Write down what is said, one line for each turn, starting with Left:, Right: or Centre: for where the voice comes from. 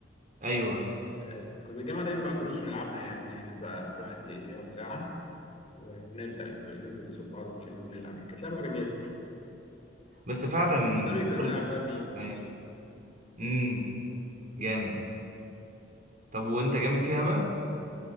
Right: أيوه
Left: آه كنا الجامعة دايما بعد الدروس بنلعبها يعني نحجز بقى كل واحد يقعد ساعة و- ونبدأ كل- ننزل قصاد بعض كلنا ونلعب يعني كانت لعبة جميلة كنت بحبها
Right: بس فعلا
Left: في ثانوي كنا
Right: فترة
Left: بنلعب بقى بيس اكتر
Right: أيوه أمم
Left: مم.
Right: جامد طب وأنت جامد فيها بقى؟